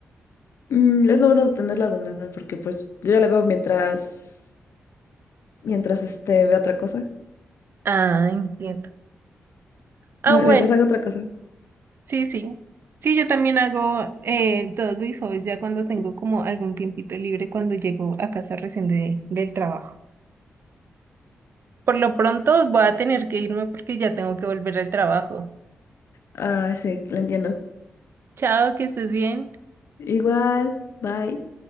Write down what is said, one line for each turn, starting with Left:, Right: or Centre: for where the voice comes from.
Left: Mm, es lo bueno de tenerla doblada, porque pues yo ya la veo mientras, mientras este, veo otra cosa,
Right: Ah, entiendo. Ah,
Left: mien-
Right: bueno,
Left: mientras hago otra cosa.
Right: sí, sí. Sí, yo también hago eh, todos mis hobbies ya cuando tengo como algún tiempito libre cuando llego a casa recién de- del trabajo. Por lo pronto voy a tener que irme porque ya tengo que volver al trabajo.
Left: Ah, sí, lo entiendo.
Right: Chao, que estés bien.
Left: Igual, bye.